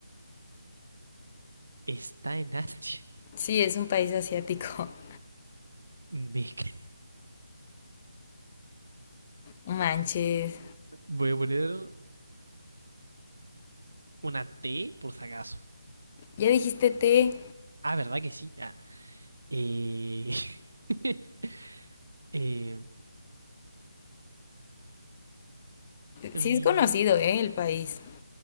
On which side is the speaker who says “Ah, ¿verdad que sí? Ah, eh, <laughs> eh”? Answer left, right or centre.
Right